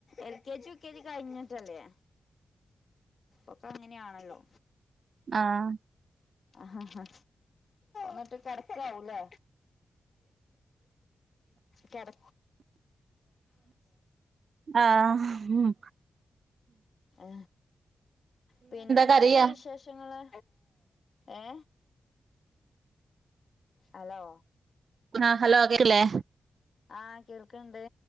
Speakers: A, on the left; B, on the right.
A: എൽകെജി യുക്കെജി കഴിഞ്ഞിട്ടല്ലേ ഒക്കെ അങ്ങനെയാണല്ലോ
B: ആഹ
A: ഹഹ ഹാ ന്നിട്ട് കിടക്കാവൂലേ കെട
B: ആഹ് മ്
A: ആ പിന്നെ എന്തൊക്കെയ
B: കരയാ
A: വിശേഷങ്ങള് ഏ ഹലോ
B: ആ ഹലോ കേട്ടിലെ
A: ആഹ് കേൾക്കണ്ട്